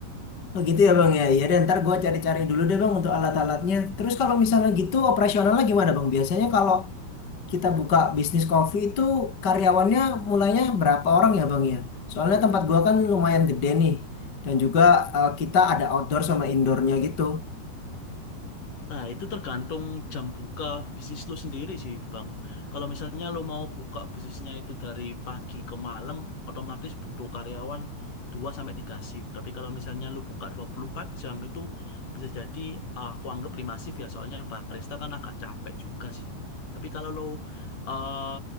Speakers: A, on the left; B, on the left.
A: Oh gitu ya Bang ya. Iya dan ntar gua cari-cari dulu deh Bang untuk alat-alatnya. Terus kalau misalnya gitu operasionalnya gimana Bang? Biasanya kalau kita buka bisnis kopi itu karyawannya mulainya berapa orang ya Bang ya? Soalnya tempat gua kan lumayan gede nih. Dan juga eh, kita ada outdoor sama indoornya gitu.
B: Nah, itu tergantung jam buka bisnis lu sendiri sih, Bang. Kalau misalnya lu mau buka bisnisnya itu dari pagi ke malam, otomatis butuh karyawan 2 sampai 3 shift. Tapi kalau misalnya lu buka 24 jam itu bisa jadi aku anggap 5 shift ya, soalnya barista kan agak capek juga sih. Tapi kalau lu eh,